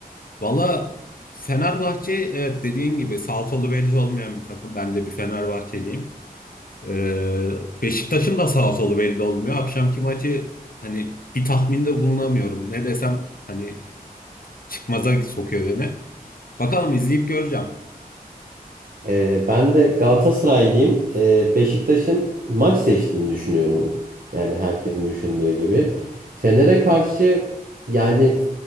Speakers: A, on the left (about 65°); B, on the right (about 65°).
A: Vallahi Fenerbahçe evet dediğin gibi sağ solu belli olmayan bir takım. Ben de bir Fenerbahçeliyim. Ee, Beşiktaş'ın da sağ solu belli olmuyor. Akşamki maçı hani bir tahminde bulunamıyorum. Ne desem hani çıkmaza sokuyor beni. Bakalım izleyip göreceğim.
B: Ee, ben de Galatasaraylıyım. Ee, Beşiktaş'ın maç seçtiğini düşünüyorum. Yani herkesin düşündüğü gibi. Fener'e karşı yani